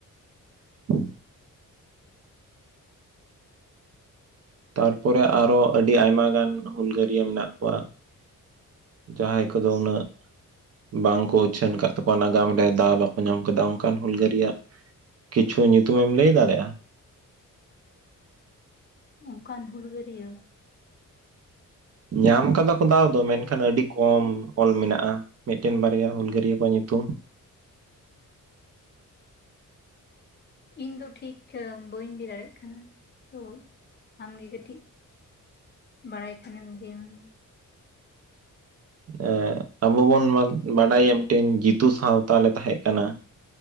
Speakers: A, on the right; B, on the left.
A: <unintelligible> ᱛᱟᱨᱯᱚᱨᱮ ᱟᱨᱚ ᱟᱹᱰᱤ ᱟᱭᱢᱟ ᱜᱟᱱ ᱦᱩᱞᱜᱟᱹᱨᱤᱭᱟᱹ ᱢᱮᱱᱟᱜ ᱠᱚᱣᱟ᱾ ᱡᱟᱦᱟᱸᱭ ᱠᱚᱫᱚ ᱩᱱᱟᱹᱜᱼᱼ ᱵᱟᱝᱠᱚ ᱩᱪᱷᱟᱹᱱ ᱟᱠᱟᱫ ᱛᱟᱠᱚᱣᱟ ᱱᱟᱜᱟᱢ ᱨᱮ ᱫᱟᱣ ᱵᱟᱠᱚ ᱧᱟᱢ ᱟᱠᱟᱫᱟ ᱚᱱᱠᱟᱱ ᱦᱩᱞᱜᱟᱹᱨᱟᱜ ᱠᱤᱪᱷᱩ ᱧᱩᱛᱩᱢᱮᱢ ᱞᱟᱹᱭ ᱫᱟᱲᱮᱭᱟᱜᱼᱟ᱾
B: ᱚᱱᱠᱟᱱ ᱦᱩᱞᱜᱟᱹᱨᱤᱭᱟᱹ᱾
A: ᱧᱟᱢ ᱟᱠᱟᱫᱟ ᱠᱚ ᱫᱟᱣ ᱫᱚ ᱢᱮᱱᱠᱷᱟᱱ ᱟᱹᱰᱤ ᱠᱚᱢ ᱚᱞ ᱢᱮᱱᱟᱜᱼᱟ᱾ ᱢᱤᱫᱴᱮᱱ ᱵᱟᱨᱭᱟ ᱦᱩᱞᱜᱟᱹᱨᱭᱟᱹ ᱠᱚᱣᱟᱜ ᱧᱩᱛᱩᱢᱼᱼ
B: ᱤᱧ ᱫᱚ ᱴᱷᱤᱠ ᱵᱟᱹᱧ ᱞᱟᱭ ᱫᱟᱲᱮᱭᱟᱜ ᱠᱟᱱᱟ ᱛᱚ ᱟᱢᱜᱮ ᱠᱟᱹᱴᱤᱡᱼᱼ ᱵᱟᱲᱟᱭ ᱠᱷᱟᱱᱮᱢ ᱞᱟᱹᱭ ᱢᱮ ᱦᱟᱸ᱾
A: ᱮ ᱟᱵᱚ ᱵᱚᱱ ᱵᱟᱰᱟᱭᱟ ᱢᱤᱫᱴᱮᱱ ᱡᱤᱛᱩ ᱥᱟᱶᱛᱟᱞ ᱞᱮ ᱛᱟᱦᱮᱸ ᱠᱟᱱᱟ᱾